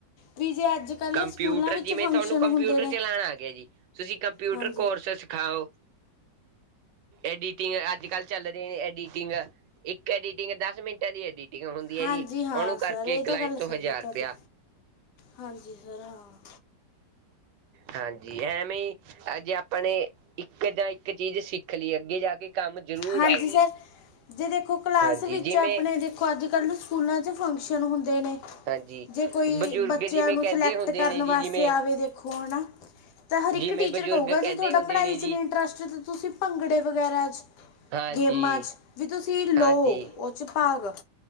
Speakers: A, on the left; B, on the right.
A: ਵੀ ਜੇ ਅੱਜ ਕੱਲ੍ਹ
B: ਕੰਪਿਊਟਰ,
A: ਸਕੂਲਾਂ ਵਿੱਚ
B: ਜਿਵੇਂ
A: ਫੰਕਸ਼ਨ
B: ਥੋਨੂੰ ਕੰਪਿਊਟਰ
A: ਹੁੰਦੇ ਨੇ
B: ਚਲਾਣਾ ਆਗਿਆ ਜੀ, ਤੁਸੀਂ ਕੰਪ ਕੰਪਿਉਟਰ
A: ਹਾਂਜੀ
B: ਕੋਰਸ ਸਿਖਾਓ, ਐਡੀਟਿੰਗ ਅੱਜ-ਕੱਲ ਚੱਲ ਰਹੇ ਨੇ ਏਡੀਟਿੰਗ, ਇੱਕ ਏਡੀਟਿੰਗ ਦਸ ਮਿੰਟਾਂ ਦੀ ਐਡੀਟਿੰ ਠੀਕ ਹੁੰਦੀ
A: ਹਾਂਜੀ
B: ਆ ਜੀ,
A: ਹਾਂ
B: ਉਹਨੂੰ
A: ਸਰ
B: ਕਰਕੇ
A: ਇਹ ਤਾਂ
B: ਕਲਾਇੰਟ
A: ਗੱਲ
B: ਤੋਂ
A: ਸਹੀ
B: ਹਜ਼ਾਰ
A: ਹੈ ਤੁਹਾਡੀ
B: ਰੁਪਇਆ।
A: ਹਾਂਜੀ, ਸਰ ਹਾਂ।
B: ਹਾਂਜੀ, ਐਵੇਂ ਈ ਅੱਜੇ ਆਪਣੇ, ਇੱਕ ਜਾਂ ਇ ਇੱਕ ਚੀਜ਼ ਸਿੱਖ ਲਈ ਆ, ਅੱਗੇ ਜਾਕੇ ਕੰਮ ਜ਼ਰੂਰ
A: ਹਾਂਜੀ
B: ਆਉ ਜੀ।
A: ਸਰ ਜੇ ਦੇਖੋ ਕਲਾਸ
B: ਹਾਂਜੀ
A: ਵਿੱਚ
B: ਜਿਵੇਂ
A: ਆਪਣੇ ਦੇਖੋ ਅੱਜ-ਕੱਲ ਸਕੂਲਾਂ 'ਚ ਫੰਕਸ਼ਨ ਹੁੰਦੇ ਨੇ।
B: ਹਾਂਜੀ
A: ਜੇ ਕੋਈ,
B: ਬਜ਼ੁਰਗ
A: ਬੱਚਿਆਂ
B: ਜਿਵੇਂ
A: ਨੂੰ
B: ਕਹਿੰਦੇ
A: ਸਿਲੈਕਟ
B: ਹੁੰਦੇ
A: ਕਰਨ
B: ਨੇ ਜੀ
A: ਵਾਸਤੇ
B: ਜਿਵੇਂ
A: ਆਵੇ ਦੇਖੋ, ਹਨਾ। ਤਾਂ ਹਰ ਇੱਕ
B: ਜਿਵੇਂ
A: ਟੀਚਰ
B: ਬਜ਼ੁਰਗ
A: ਕਹੂਗਾ,
B: ਕਹਿੰਦੇ
A: ਜੇ ਤੁਹਾਡਾ
B: ਹੁੰਦੇ
A: ਪੜ੍ਹਾਈ'ਚ
B: ਨੇ ਜੀ
A: ਨੀ ਇੰਨਟਰਸਟ ਤੁਸੀਂ, ਭੰਗੜੇ ਵਗੈਰਾ'ਚ
B: ਹਾਂਜੀ
A: ਗੇਮਾਂ 'ਚ ਵੀ ਤੁਸੀਂ ਲੋ,
B: ਹਾਂਜੀ
A: ਉਹ'ਚ ਭਾਗ।